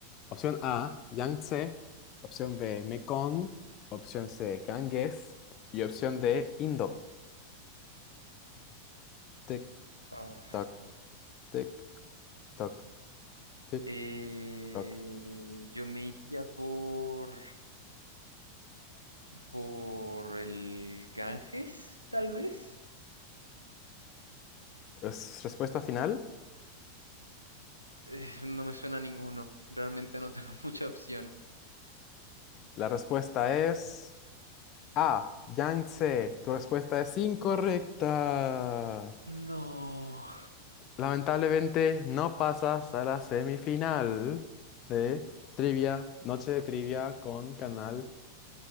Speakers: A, on the left; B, on the right.
A: Opción A, Yangtze. Opción B, Mekong. Opción C, Ganges. Y opción D, Indo. Tic,
B: Ah,
A: toc, tic, toc, tic,
B: eh,
A: toc.
B: yo me iría por, por el Ganges, tal vez.
A: ¿Es respuesta final?
B: Eh, no me suena a ninguno. Realmente no tengo <laughs> mucha opción.
A: La respuesta es A, Yangtze. Tu respuesta es incorrecta.
B: No.
A: Lamentablemente no pasas a la semifinal de Trivia, Noche de Trivia con Canal